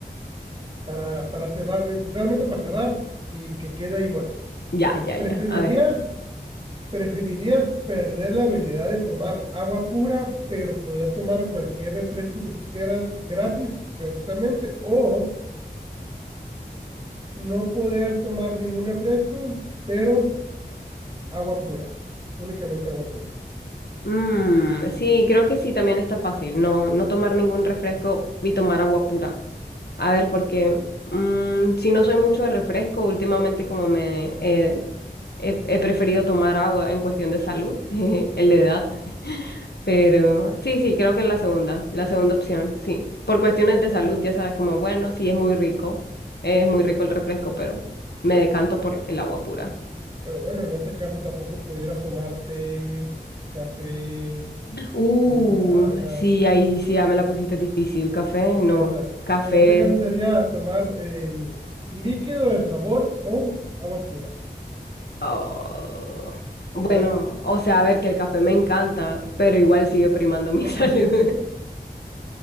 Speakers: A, on the right (about 30°); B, on the left (about 70°).
A: para, para cerrar, realmente para cerrar y que quede ahí muerto.
B: Ya, ya,
A: ¿Preferirías
B: ya. A ver.
A: ¿Preferirías perder la habilidad de tomar agua pura, pero poder tomar cualquier refresco que tú quieras gratis, gratuitamente, o no poder tomar ningún refresco, pero agua pura, únicamente agua pura?
B: Mm, sí, creo que sí, también está fácil. No, no tomar ningún refresco y tomar agua pura. A ver, porque mm, si no soy mucho de refresco, últimamente como me eh, he, he preferido tomar agua en cuestión de salud, <laughs> el de edad. <laughs> Pero sí, sí, creo que es la segunda, la segunda opción, sí. Por cuestiones de
A: ¿no?
B: salud, ya sabes, como bueno, sí es muy rico, es muy rico el refresco, pero me decanto por el agua pura.
A: Pero bueno, en este caso tampoco pudieras tomar té, café,
B: Uh,
A: limonada,
B: sí, ahí sí ya me la pusiste difícil. Café,
A: o
B: no.
A: qué, o sea,
B: Café
A: en este caso sería tomar eh, líquido de sabor o agua pura,
B: Oh,
A: ¿verdad?
B: Bueno, o sea, a ver que el café me encanta, pero igual sigue primando mi
A: <laughs>
B: <laughs> salud.